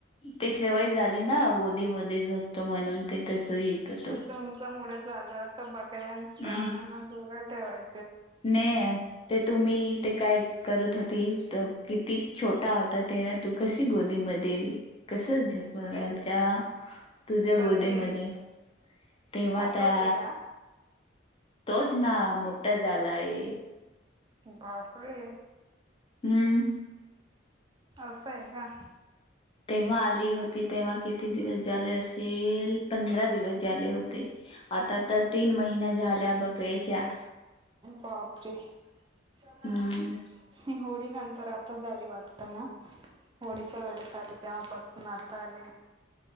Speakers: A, on the left; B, on the right.
A: ते सवय झाली ना गोदी मध ते जपतो म्हणून ते तस येत तो
B: ते तुमच मुळे झालं असं बकऱ्यां
A: हम्म
B: प्राण्यांना दूर ठेवाय
A: नाही ते तुम्ही ते काय करत होती तर? किती छोटा होता. तेव्हा तू कस गोदीमध्ये कसं झोपून राहायच्या. तुझ्या
B: कधी
A: गोडीमध्ये तेव्हा
B: हातोच
A: त्या..
B: आहे का
A: तोच ना मोठा झालाय
B: बापरे!
A: हम्म
B: अस आहे का?
A: तेव्हा आले हो तेव्हा किती दिवस झाले असेल, पंधरा दिवस झाले होते. आता तर तीन महिन्या झाल्या बकऱच्या.
B: बापरे! <unintelligible>
A: हम्म
B: ही होळी नंतर आता झाली वाटते ता ना होडीच्या वेळेत आली तेव्हापासून आता आले.